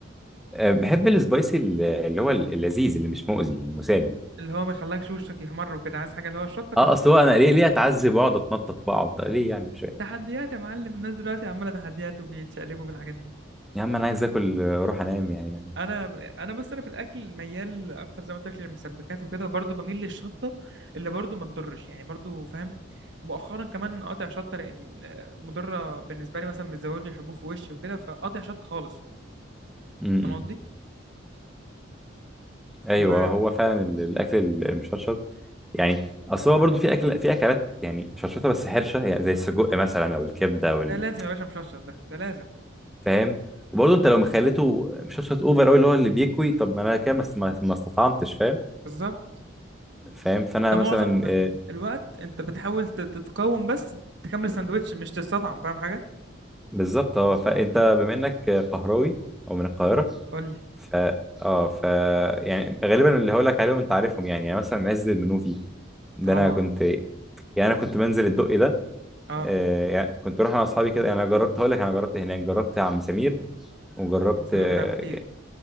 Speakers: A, in the centre; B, on the right.
A: آه، بحب السبايسي ال- اللي هو ال- اللذيذ اللي مش مؤذي المسالم
B: اللي هو ما يخلكش وشك يحمر وكده عايز حاجه اللي هو الشطه قطع
A: اه اصل هو انا ليه ليه اتعذب واقعد اتنطط واقعد ليه يعني مش فاهم
B: تحديات يا معلم الناس دلوقتي عماله تحديات وبيتشقلبوا في الحاجات دي
A: يا عم انا عايز اكل آه، واروح انام يعني
B: انا انا بس انا في الاكل ميال اكتر زي ما قلت لك للمسبكات وكده وبرضه بميل للشطه اللي برضه ما تضرش يعني برضه فاهم ومؤخرا كمان قاطع شطه لان ال- مضره بالنسبه لي مثلا بتزود لي الحبوب في وشي وكده فقاطع شطه خالص
A: امم
B: فاهم قصدي
A: ايوه
B: وده
A: هو فعلا ال- الاكل المشطشط يعني اصل هو برضه في اكل في اكلات يعني مشطشطه بس حرشه يعني زي السجق مثلا او الكبده او ال-
B: لازم يا باشا مشطشط ده ده لازم
A: فاهم وبرضه انت لو مخليته مشطشط اوفر قوي اللي هو اللي بيكوي طب ما انا كده ما است- ما ما استطعمتش فاهم
B: بالظبط
A: فاهم فانا
B: انت معظم
A: مثلا آه،
B: الوقت انت بتحاول تت- تتقاوم بس تكمل الساندوتش مش تستطعم فاهم حاجه
A: بالظبط اه فانت بما انك قهراوي او من القاهره
B: قول لي
A: ف اه ف يعني غالبا اللي هقول لك عليهم انت عارفهم يعني يعني مثلا عز المنوفي ده
B: طبعا
A: انا كنت يعني انا كنت بنزل الدقي ده
B: اه
A: آه يعني كنت اروح انا واصحابي كده انا جربت هقول لك انا جربت هناك جربت عم سمير وجربت
B: سمير
A: اه
B: بتاع الفطير
A: ك-